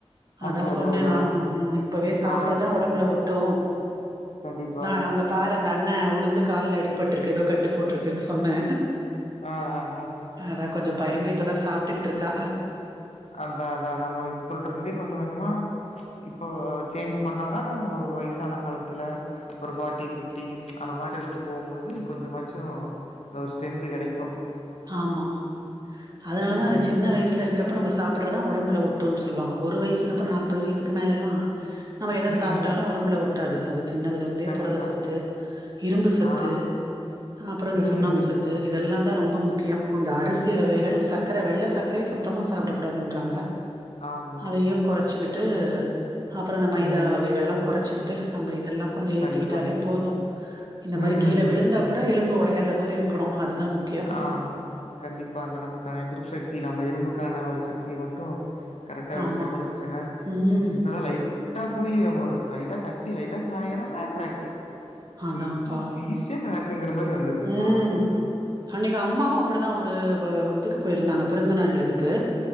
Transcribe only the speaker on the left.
அதான்,
அதான், அதான்.
ஆ.
கண்டிப்பா.
ஆ, ஆ, ஆ.
அதா அதா நம்ம இப்பல்ருந்தே கொஞ்சோ கொஞ்சோமா இப்போ சேஞ்ச் பண்ணாதான்ன ஒரு வய்சான காலத்து த்துல ஒரு ஃபாட்டி பிஃப்ட்டி அந்த மாரி இருக்கு போகும்போது கொஞ்சமாச்சு அ ஸ்டென்த்து எடைக்கு
ம்.
ம்.
கண்டிப்பா.
ஆ.
ம்.
ஆமா,
ஆமா.
ம்.
கண்டிப்பா.
ம்.
ஆ. கண்டிப்பா அந்த நமக்கான எதிர்ப்பு சக்தி நம்ம எலும்புக்கான ஒரு சக்திய மட்டு கரெக்டா வெச்சுக்கணு
ஏனா
சின்னதா லைட்டா போய் நம்ம லைட்டா த ட்டி லைட்டா சாயறாங்க கிராக்கு
ச சும் சும்மா
சீசியா கிராக்குங்கிற மாரி வந்து ருது இப்பல்லா